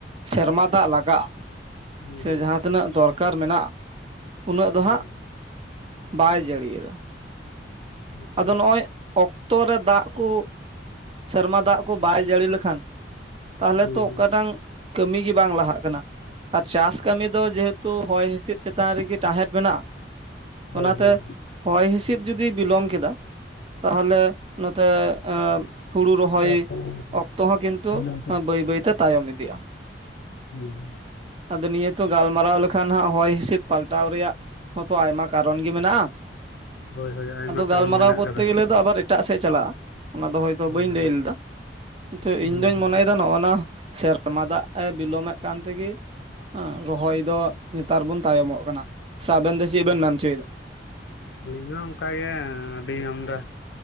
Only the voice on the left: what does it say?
ᱦᱩᱸ ᱦᱩᱸ
ᱦᱩᱸ
ᱦᱳᱭ
ᱦᱳᱭ
ᱦᱩᱸ
ᱦᱩᱸ
ᱦᱩᱸ
ᱦᱳᱭ
ᱦᱳᱭ
<inaudible>
ᱪᱟᱥ ᱠᱟᱹᱢᱤ
ᱵᱤᱞᱚᱢ
ᱦᱩᱸ <unintelligible>
ᱦᱳᱭ ᱦᱳᱭ ᱟᱭᱢᱟ
ᱠᱟᱨᱚᱱ
ᱢᱮᱱᱟᱜ
ᱟᱠᱟᱫᱟ
ᱦᱚᱸ
ᱦᱩᱸ
ᱦᱩᱸ
ᱦᱳᱭ
ᱟᱹᱞᱤᱧ ᱦᱚᱸ ᱚᱱᱠᱟᱜᱮ ᱟᱹᱰᱤ ᱟᱢᱫᱟ